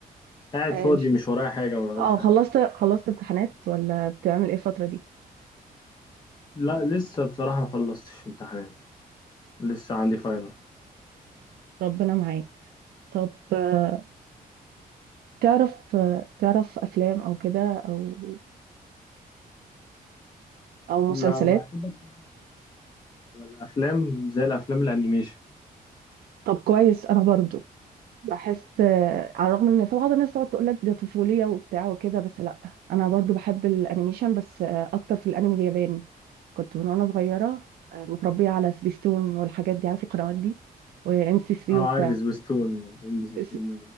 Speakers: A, on the left (about 25°); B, on the right (about 85°).
A: قاعد
B: اه
A: فاضي
B: الش-
A: مش ورايا حاجة ما بعملش
B: آه،
A: حاجة
B: خلصت خلصت امتحانات ولا بتعمل ايه الفترة دي؟
A: لا لسه بصراحة ما خلصتش امتحانات لسه عندي فاينل
B: ربنا معاك طب آه، تعرف آه، تعرف افلام او كده او او
A: لا
B: مسلسلات؟
A: بحب اتفرج على الافلام زي الافلام الانيميشن
B: طب كويس انا برضو بحس آه، على الرغم ان في بعض الناس تقعد تقول لك ده طفوليه وبتاع وكده بس لا انا برضو بحب الانيميشن بس آه، اكتر في الانمي الياباني كنت من وانا صغيره آه، متربيه على سبيستون والحاجات دي عارفه القنوات دي وام سي 3
A: اه
B: وبتاع
A: عارف سبيستون وام بي سي
B: اس-
A: 3